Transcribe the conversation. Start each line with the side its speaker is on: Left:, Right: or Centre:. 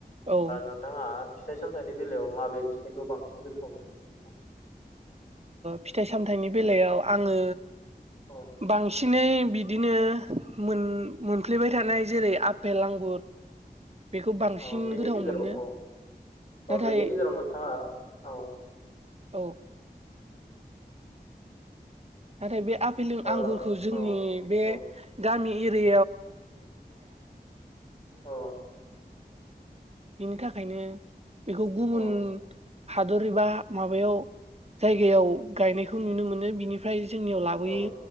Right: औ
Left: नोंथाङा फिथाइ सामथाइनि बेलायाव माबे फिथाइखौ बांसिन गोथाव मोनो नोंथां।
Right: फिथाइ सामथाइनि बेलायाव आङो
Left: औ
Right: बांसिन बांसिनै बिदिनो मोनफ्लेबाय थानाय जेरै आपेल, आंगुर। बेखौ बांसिन
Left: औ बेनि
Right: गोथाव
Left: गेजेराव
Right: मोनो।
Left: औ
Right: नाथाय
Left: औ बेनि गेजेराव नोंथाङा औ।
Right: औ नाथाय बे आफेल
Left: ओ
Right: आंगुरखौ जोंनि
Left: औ
Right: बे
Left: औ
Right: गामि एरि
Left: औ
Right: <inaudible> थाखायनो बेखौ गुबुन
Left: औ
Right: हादोर हादोर एबा माबायाव जायगायाव गायनायखौ नुनो मोनो बिनिफ्राय। जोंनि लाबोयो
Left: औ